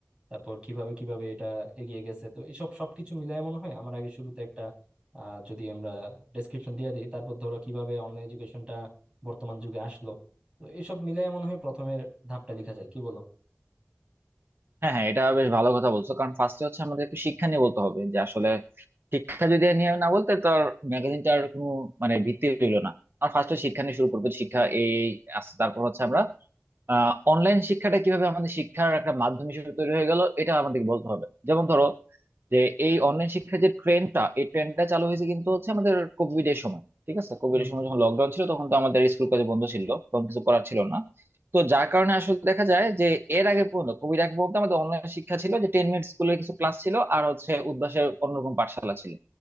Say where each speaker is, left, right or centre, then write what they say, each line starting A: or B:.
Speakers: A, on the right; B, on the right.
A: তারপর কিভাবে কিভাবে এটা এগিয়ে গেছে তো এসব সবকিছু মিলায় মনে হয় আমার আগে শুরুতে একটা আহ যদি আমরা ডেসক্রিপশন দিয়ে দিই তারপর ধরো কিভাবে অনলাইন এডুকেশনটা বর্তমান যুগে আসলো তো এসব মিলায় মনে হয় প্রথমের ধাপটা লেখা যায় কি বলো
B: হ্যাঁ হ্যাঁ এটা বেশ ভালো কথা বলছো কারণ ফার্স্টে হচ্ছে আমাদের একটু শিক্ষা নিয়ে বলতে হবে যে আসলে শিক্ষা যদি আর নিয়ে না বলতে তো ম্যাগাজিনটার কোনো মানে ভিত্তি রইলো না আর ফার্স্টে শিক্ষা নিয়ে শুরু করবো শিক্ষা এই আসছে তারপর হচ্ছে আমরা আহ অনলাইন শিক্ষাটা কিভাবে আমাদের শিক্ষার একটা মাধ্যম হিসেবে তৈরি হয়ে গেল এটা আমাদেরকে বলতে হবে যেমন ধরো যে এই অনলাইন শিক্ষার যে ট্রেন্ডটা এই ট্রেন্ডটা চালু হয়েছে কিন্তু হচ্ছে আমাদের কোভিড এর সময় ঠিক আছে কোভিড
A: হুম
B: এর
A: হুম
B: সময় যখন লকডাউন ছিল তখন তো আমাদের স্কুল কলেজ বন্ধ ছিল তখন কিছু করার ছিল না তো যার কারণে আসলে দেখা যায় যে এর আগে পর্যন্ত কোভিড আগে পর্যন্ত আমাদের অনলাইন শিক্ষা ছিল যে টেন মিনিট স্কুলের কিছু ক্লাস ছিল আর হচ্ছে উদ্ভাসের অন্যরকম পাঠশালা ছিল